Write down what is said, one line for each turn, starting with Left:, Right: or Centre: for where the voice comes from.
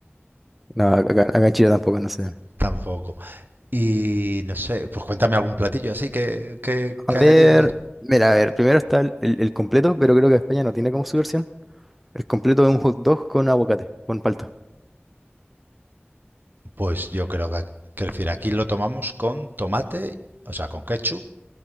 Centre: No, acá, acá en Chile tampoco no se ven.
Right: Tampoco. Y no sé, pues cuéntame algún platillo así que, que, que
Centre: A ver,
Right: hay allí, a ver.
Centre: mira, a ver, primero está el, el- el completo, pero creo que España no tiene como su versión. El completo es un hot dog con aguacate, con palta.
Right: Pues yo creo que, que decir, aquí lo tomamos con tomate, o sea, con ketchup